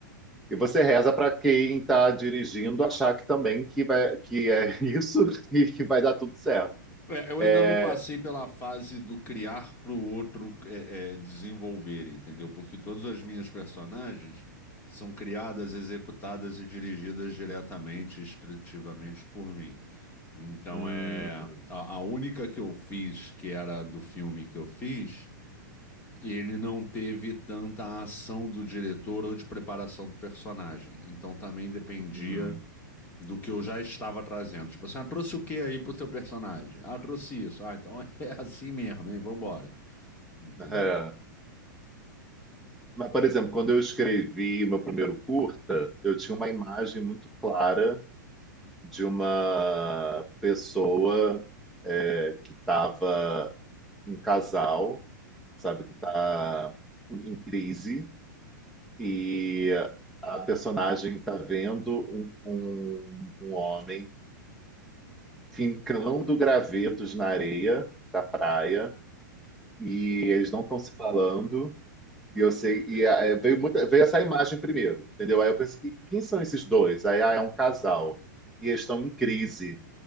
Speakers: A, in the centre; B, on the left.
A: E você reza para quem está dirigindo achar que também que vai, que é <laughs> isso e que vai dar tudo certo.
B: É, eu
A: É,
B: ainda não passei pela fase do criar para o outro é, é, desenvolver, entendeu? Porque todas as minhas personagens são criadas, executadas e dirigidas diretamente, estritivamente por mim. Então
A: hum,
B: é
A: hum,
B: a, a única que eu fiz, que era do filme que eu fiz, ele não teve tanta ação do diretor ou de preparação do personagem. Então também dependia
A: hum,
B: do que eu já estava trazendo. Tipo assim, ah, trouxe o que aí pro seu personagem? Ah, trouxe isso. Ah, então <laughs> é assim mesmo, hein? Vambora. Entendeu?
A: aham. Mas, por exemplo, quando eu escrevi o meu primeiro curta, eu tinha uma imagem muito clara de uma pessoa é, que estava um casal, sabe, que está em crise e a personagem está vendo um, um, um homem fincando gravetos na areia da praia e eles não estão se falando. E eu sei, e ah, é, veio muita, veio essa imagem primeiro, entendeu? Aí eu pensei, quem são esses dois? Aí ah, é um casal, e eles estão em crise,